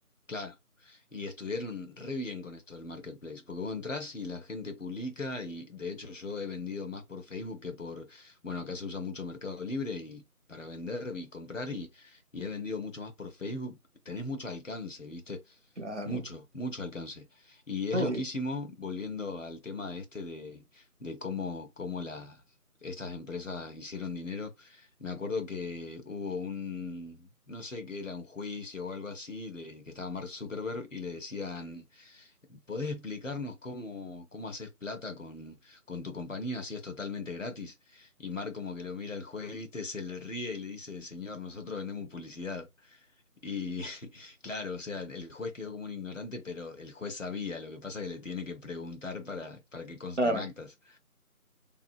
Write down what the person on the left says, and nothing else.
claro. Y estuvieron re bien con esto del marketplace, porque vos entrás y la gente publica y de hecho yo he vendido más por Facebook que por, bueno, acá se usa mucho Mercado Libre y para vender y comprar y, y he vendido mucho más por Facebook, tenés mucho alcance, ¿viste?
Mucho, mucho alcance. Y es
loquísimo, volviendo al tema de este de, de cómo, cómo las, estas empresas hicieron dinero. Me acuerdo que hubo un, no sé qué era, un juicio o algo así, de que estaba Mark Zuckerberg y le decían, ¿podés explicarnos cómo, cómo haces plata con, con tu compañía si es totalmente gratis? Y Mark como que lo mira al juez, viste, se le ríe y le dice, señor, nosotros vendemos publicidad. Y <laughs> claro, o sea, el juez quedó como un ignorante, pero el juez sabía, lo que pasa es que le tiene que preguntar para, para que consten
actas.